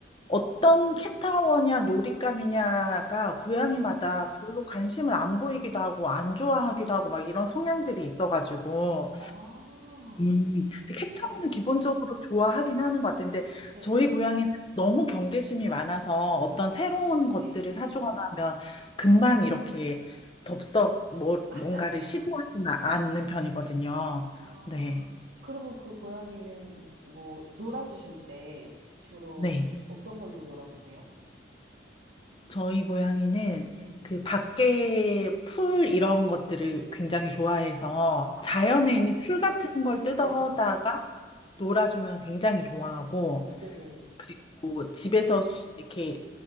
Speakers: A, on the left; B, on the right.
A: 어떤 캣타워냐 놀잇감이냐가 고양이마다
B: 네.
A: 별로 관심을 안 보이기도 하고 안 좋아하기도 하고 막 이런 성향들이 있어가지고
B: 아,
A: 음, 근데 캣타워는
B: 네.
A: 기본적으로 좋아하긴 하는 것 같은데
B: 네.
A: 저희 고양이는 너무 경계심이 많아서 어떤 새로운 것들을
B: 네.
A: 사주거나 하면 금방 이렇게 덥석 뭐,
B: 하지
A: 뭔가를
B: 않아요.
A: 시도하지는 않는 편이거든요.
B: 아,
A: 네.
B: 그러면 그 고양이는 뭐 놀아주실 때 주로
A: 네.
B: 어떤 걸로 놀아주세요?
A: 저희 고양이는
B: 네.
A: 그 밖에 풀 이런 것들을 굉장히 좋아해서
B: 아,
A: 자연에 있는 풀 같은 걸 뜯어다가
B: 네.
A: 놀아주면 굉장히 좋아하고
B: 네네.
A: 그리고 집에서 수- 이렇게